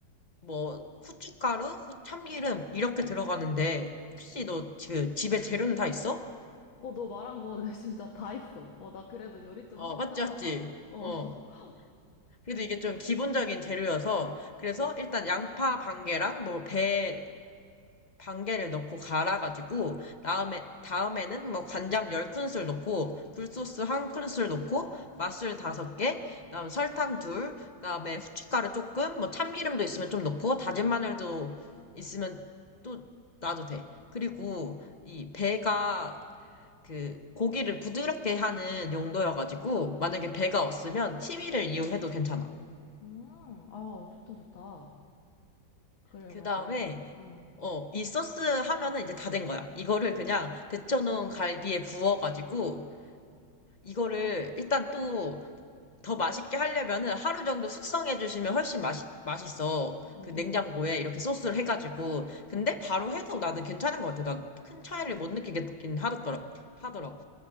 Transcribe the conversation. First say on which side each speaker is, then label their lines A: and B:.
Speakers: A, on the left (about 45°); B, on the left (about 75°).
A: 뭐 후춧가루, 참기름 이렇게 들어가는데 혹시 너 그 집에 재료는 다 있어?
B: 어, 너 말한 거 <laughs> 진짜 다 있어 어, 나 그래도 요리 좀
A: 어,
B: 하고
A: 맞지,
B: 사나
A: 맞지.
B: 봐. 어.
A: 어.
B: <laughs>
A: 그래도 이게 좀 기본적인 재료여서, 그래서 일단 양파 반 개랑 뭐 배 반 개를 넣고 갈아가지고, 다음에, 다음에는 뭐 간장 10큰술 넣고, 굴소스 1큰술 넣고, 맛술 5개, 그다음 설탕 둘, 그다음에 후춧가루 조금, 뭐 참기름도 있으면 좀 넣고, 다진 마늘도 있으면 또 놔도 돼. 그리고 이 배가 그 고기를 부드럽게 하는 용도여가지고, 만약에 배가 없으면 치위를 이용해도 괜찮아.
B: 음, 아 좋다, 좋다. 그래가지고.
A: 그 다음에,
B: 응,
A: 어, 이 소스 하면은 이제 다 된 거야. 이거를 그냥 데쳐놓은 갈비에 부어가지고, 이거를 일단 또 더 맛있게 하려면은 하루 정도 숙성해주시면 훨씬 맛이, 맛있어.
B: 응,
A: 그 냉장고에
B: 응, 응.
A: 이렇게 소스를 해가지고. 근데
B: 응.
A: 바로 해도 나는 괜찮은 것 같아. 난 큰 차이를 못 느끼긴 하더라, 하더라고.